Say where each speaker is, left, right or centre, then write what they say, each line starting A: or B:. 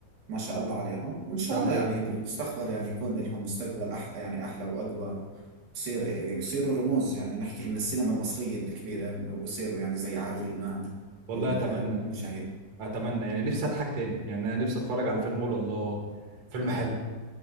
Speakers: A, on the right; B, on the right.
A: ما شاء الله عليهم وإن شاء
B: ده حقيقي
A: الله يعني بالمستقبل يعني يكون لهم مستقبل أح يعني أحلى وأقوى يصير يصيروا رموز يعني نحكي من السينما المصرية الكبيرة ويصيروا يعني زي عادل إمام
B: والله
A: وال-
B: اتمنى
A: والمشاهير
B: اتمنى يعني نفسي اضحك تاني يعني انا نفسي اتفرج على فيلم اقول الله فيلم حلو